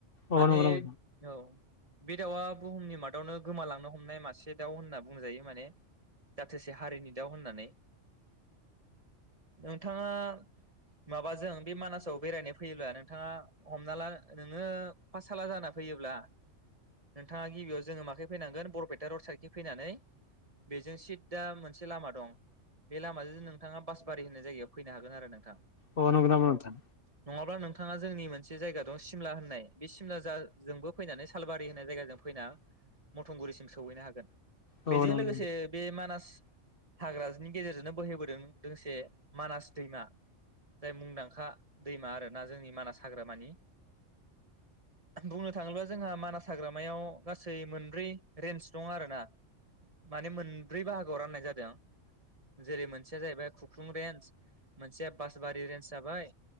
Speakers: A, on the left; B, on the right.
A: औ
B: माने
A: नंगौ नामा
B: औ <unintelligible> बे दाउआ बुहुमनि मादावनो गोमालांनो हमनाय मासे दाउ होनना बुंजायो माने। जाथेसे हारिनि दाउ होननानै। नोंथांङा माबाजों बे मानासाव
A: नोंथां
B: बेरायनो फैयोब्ला नों थाङा हमना ला नोंङो पाटसाला जाना फैब्ला नोंथाङा गिबियाव जोंङो माखै फैनांगोन बरपेटा रड साइडखै फैनानै बेजों सिददा मोनसे लामा दं बे लामाजों नोंथाङा बास जायगायाव फैनो हागोन आरो नोंथां
A: अ नंगौ नामा
B: औ
A: नोंथां
B: नंङाब्ला नोंथा थांङा जोंनि मोनसे जायगा दं सिमला होननाय बे सिमला जा जोंबो फैनानै सालबारि होननाय जायगा जों फैनानै <inaudible> मथंगुरिसिम सहैनो हागोन
A: औ
B: बेजों
A: नंगौ
B: लोगोसे
A: अ नंगौ
B: बे मानास हाग्रानि गेजेरजोंनो बोहैबोदों दोंसे मानास दैमा जाय मुंदांखा दैमा आरोना जोंनि मानास हाग्रामानि बुंनो थांङोब्ला जोंहा मानास हाग्रामायाव गासै मोनब्रै रेन्ज दं आरो ना माने मोनब्रै बाहागोआव राननाय जादों जेरै मोनसेया जाहैबाय खुख्लुं रेन्ज मोनसेया बासबारि रेन्ज जाबाय